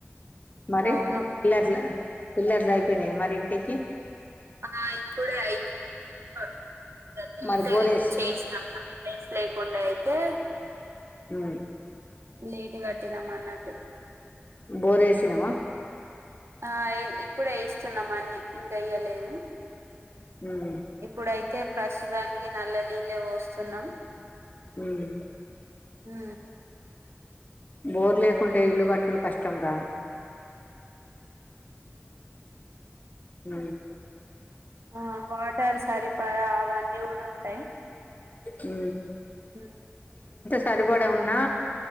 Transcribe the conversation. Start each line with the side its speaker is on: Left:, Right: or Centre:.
Left: మరి
Right: అవును
Left: ఇలట్ల పిల్లర్లు అయిపోయినయా మరి ఇంటికి
Right: ఆ ఇప్పుడే అయితునయ్ ఒక
Left: మరి బోరేసి
Right: లేట్ చేస్తాం ప్లేస్ లేకుండే అయితే
Left: ఉ
Right: నేట్ కట్టినామన్నట్టు
Left: బోర్ ఏసినవా
Right: ఆ ఇప్పుడే ఏస్తున్నాం అన్ని ఇంకెయ్యలేదు
Left: ఉమ్
Right: ఇప్పుడయి టే ప్రసుతానికి నల్ల నీళ్ళ ఒస్తున్నాం
Left: ఉమ్
Right: ఊ
Left: బోర్ లేకుంటే ఇల్లు కట్టడం కష్టం రా ఊ
Right: ఆ వాటర్ సరిపడ అవన్నీ గూడ ఉంటయ్
Left: ఊ
Right: హ
Left: సరిపడి ఉన్నా